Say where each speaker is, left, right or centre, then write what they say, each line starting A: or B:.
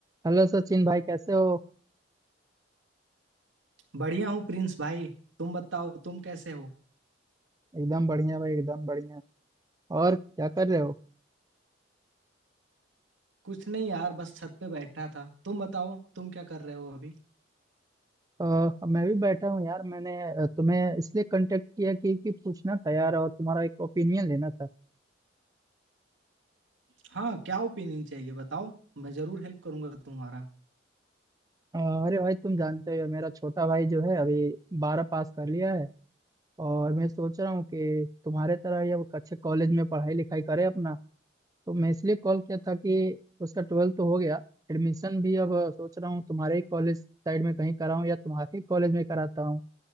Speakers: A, on the right; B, on the right.
A: Hello Sachin भाई कैसे हो
B: बढ़िया हूँ प्रिंस भाई तुम बताओ तुम कैसे हो
A: एकदम बढ़िया भाई एकदम बढ़िया और क्या कर रहे हो
B: कुछ नहीं यार बस छत पे बैठा था तुम बताओ तुम क्या कर रहे हो अभी
A: अ, मैं भी बैठा हूँ यार मैंने अ, तुम्हें इसलिए कांटेक्ट किया कि, कि पूछना था यार और तुम्हारा एक ओपिनियन लेना था
B: हाँ क्या ओपिनियन चाहिए बताओ मैं जरूर हेल्प करूंगा तुम्हारा
A: अ, अरे भाई तुम जानते हो मेरा छोटा भाई जो है अभी बारह पास कर लिया है और मैं सोच रहा हूँ कि तुम्हारे तरह ये वो अच्छे कॉलेज में पढ़ाई लिखाई करे अपना तो मैं इसलिए कॉल किया था कि उसका ट्वेल्थ तो हो गया एडमिशन भी अब सोच रहा हूँ तुम्हारे ही कॉलेज साइड में कहीं कराऊँ या तुम्हारे ही कॉलेज में कराता हूँ